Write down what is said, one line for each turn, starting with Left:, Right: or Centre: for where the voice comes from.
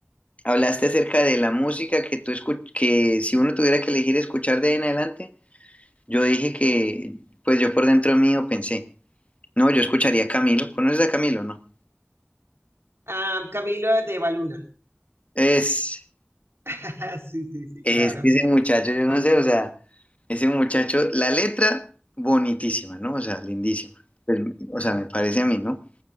Left: Hablaste acerca de la música que tú escu- que si uno tuviera que elegir escuchar de ahí en adelante, yo dije que, pues yo por dentro mío pensé, no, yo escucharía a Camilo. ¿Conoces a Camilo, no?
Right: Ah, Camilo el de Baluna.
Left: Es,
Right: <laughs> Sí, sí, sí,
Left: es
Right: claro.
Left: que ese muchacho, yo no sé, o sea, ese muchacho, la letra bonitísima, ¿no? O sea, lindísima. Pues, o sea, me parece a mí, ¿no?